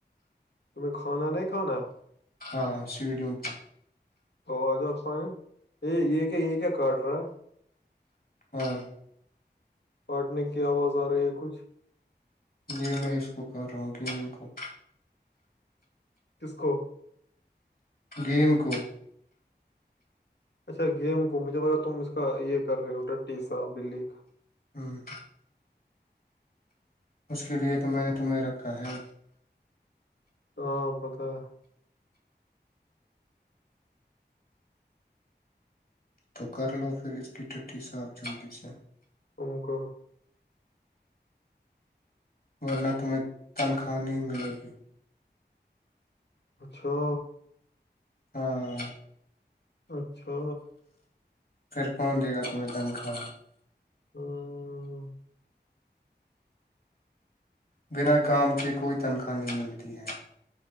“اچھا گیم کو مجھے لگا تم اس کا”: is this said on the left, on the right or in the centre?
Left